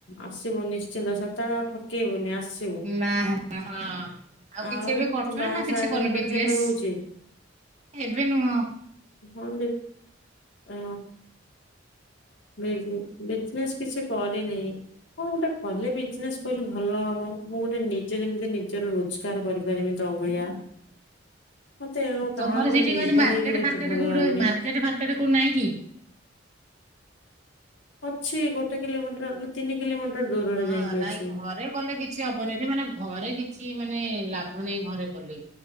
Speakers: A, on the left; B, on the right.
A: ଆସିବୁ ନିଶ୍ଚିନ୍ତ ସେତେବେଳେ ଆଉ ଠକେଇବୁନି ଆସ
B: ନା ଆଉ କିଛି
A: ଆଉ
B: ଏବେ କରୁଛ
A: ତୋ ବାହାସାହା
B: ନା ନା କିଛି
A: ଆଗର
B: କରୁନୁ
A: ତୋର
B: ବିଜନେସ?
A: କେବେ ହଉଛି
B: ଏବେ ନୁହଁ।
A: ହଁ ଦେ ଆ ବିଜନ ବିଜନେସ୍ କିଛି କରିନି। କଣ ଗୋଟେ କଲେ ବିଜନେସ କହିଲେ ଭଲ ହବ ମୁଁ ଗୋଟେ ନିଜେ ଯେମିତି ନିଜର ରୋଜ ଗାର କରିପାରମି ତ ଭଳିଆ। ମତେ ଆଉ କାହା
B: ତମର
A: ଉପରେ
B: ସେଠି
A: ନିର୍ଭର
B: ମାନେ ମାର୍କେଟ
A: ହେଇକି ରହିତେ
B: ଫାର୍କେଟ
A: ଭଲ
B: କୋଉଠି
A: ଲାଗୁନି।
B: ମାର୍ ମାର୍କେଟ ଫର୍କେଟ କୋଉଠି ନାହିଁ କି?
A: ଅଛି ଗୋଟେ କିଲୋମିଟର ଦି ତିନି କିଲୋମିଟର ଦୂରରେ
B: ହଁ
A: ଯାଇକି
B: ନାଇଁ
A: ଅଛି।
B: ଘରେ କଲେ କିଛି ହବନିରେ ମାନେ ଘରେ କିଛି ମାନେ ଲାଭ ନହିଁ ଘରେ କଲେ।